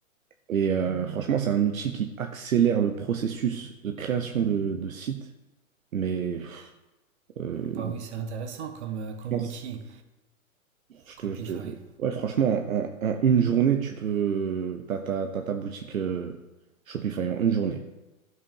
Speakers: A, on the right; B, on the right.
A: Et euh, franchement, c'est un outil qui accélère le processus de création de, de sites. Mais euh,
B: Bah oui, c'est intéressant comme, euh, comme
A: je pense-
B: outil,
A: je
B: Copify.
A: te, je te- ouais, franchement, en, en une journée, tu peux. T'as, ta t'as ta boutique euh, Shopify en une journée.